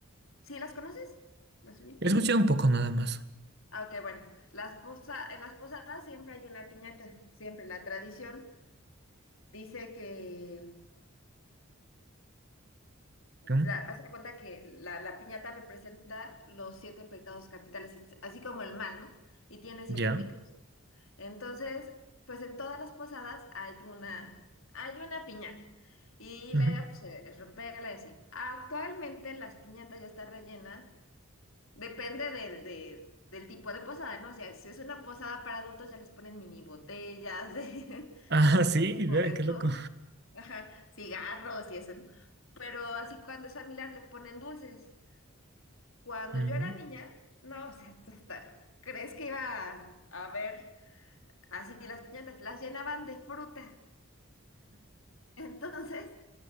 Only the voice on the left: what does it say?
¿sí las conoces? ¿Las ubicas?
Ah, ok, bueno, las posa- en las posadas siempre hay una piñata, siempre. La tradición dice que,
la- haz de cuenta que la, la piñata representa los siete pecados capitales, es- así como el mal, ¿no? Y tiene siete
picos. Entonces, pues en todas las posadas hay una, hay una piñata. Y
la idea,
pues, es romperla y así. Actualmente las piñatas ya están rellenas Depende del, de- del tipo de posada, ¿no? O sea, si es una posada para adultos, ya les ponen mini botellas de, <laughs>
de tipo
de alcohol,
ajá, cigarros y eso, ¿no? Pero así cuando es familiar le ponen dulces. Cuando
yo era niña, no, o sea, hasta crees que iba a, a ver así las piñatas, las llenaban de fruta. <laughs> Entonces,